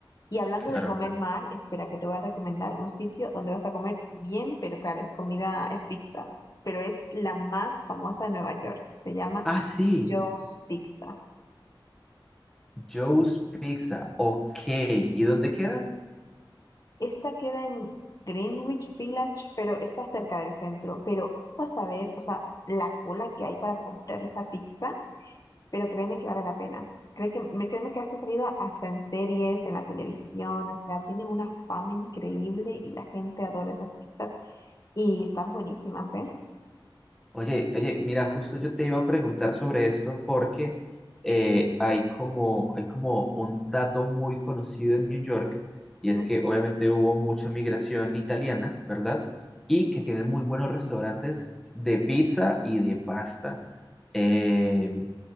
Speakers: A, on the left; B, in the centre.
A: Y hablando
B: claro.
A: de comer mal, espera que te voy a recomendar un sitio donde vas a comer bien, pero claro, es comida, es pizza, pero es la más famosa de Nueva York. Se llama
B: Ah, sí,
A: Joe's Pizza.
B: Joe's Pizza. Ok. ¿Y dónde queda?
A: Esta queda en Greenwich Village, pero está cerca del centro. Pero tú vas a ver, o sea, la cola que hay para comprar esa pizza pero créeme que vale la pena. Cree que, me- créeme que esto ha salido hasta en series, en la televisión, o sea, tienen una fama increíble y la gente adora esas pizzas y están buenísimas, ¿eh?
B: Oye, oye, mira, justo yo te iba a preguntar sobre esto porque eh, hay como, hay como un dato muy conocido en New York y es
A: ¿Mm?
B: que obviamente hubo mucha migración italiana, ¿verdad? Y que tienen muy buenos restaurantes de pizza y de pasta. Eh,